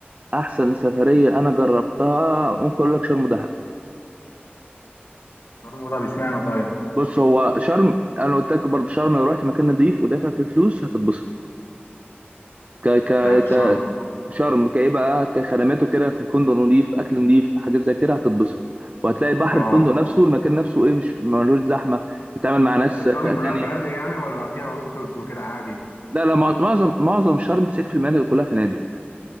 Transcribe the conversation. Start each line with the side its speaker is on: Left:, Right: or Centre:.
Right: أحسن سفرية أنا جربتها ممكن أقول لك شرم
Left: شرم ده اشمعنى طيب
Right: بص هو شرم انا قلت لك برضه شرم لو رحت مكان نظيف ودافع فيه فلوس هتتبسط ك ك
Left: ده في
Right: ك
Left: شرم
Right: شرم كايه بقى كخدماته كده في فندق نظيف اكل نظيف حاجات زي كده هتتبسط وهتلاقي بحر
Left: اه
Right: الفندق نفسه المكان نفسه ايه مش ملوش زحمه تتعامل مع ناس
Left: آه، شرم
Right: فئه
Left: كلها
Right: تانيه
Left: فنادق يعني ولا فيها هوستلز وكده عادي
Right: لا لا مع- معظم معظم شرم 90% من المناطق كلها فنادق